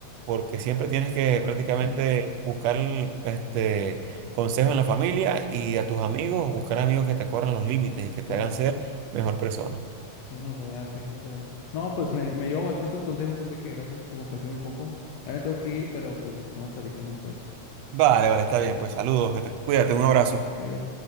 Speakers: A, on the right; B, on the left.
A: Porque siempre tienes que prácticamente
B: Sí,
A: buscar, este, Consejo en la familia y a tus amigos, buscar amigos que te corran los límites y que
B: claro.
A: te hagan ser mejor persona.
B: Sí, no rodearse de gente buena. No, pues me, me llevo bastantes consejos, Enrique. Gracias por compartir un poco. Ya me tengo que ir, pero pues estaremos platicando después.
A: Vale, vale, está bien, pues saludos, que te- cuídate, un abrazo.
B: Adiós.